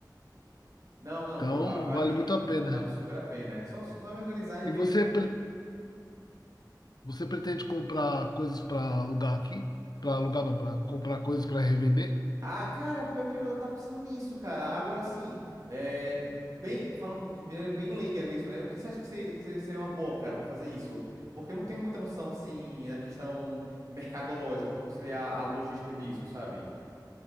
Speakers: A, on the right; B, on the left.
A: Não, não,
B: então
A: pô, va- vale,
B: vale muito a pena.
A: vale super a pena. É só, só me organizar e ver.
B: E você pre- Você pretende comprar coisas para alugar aqui? Para alugar não, para comprar coisas para revender?
A: Ah, cara, pior que eu, eu tava pensando nisso, cara. Agora sim, é, bem, falando de maneira bem leiga mesmo, né? O que você acha que, se- que seria uma boa, cara, pra fazer isso? Porque eu não tenho muita noção, assim, da questão mercadológica, qual que seria a, a logística disso, sabe?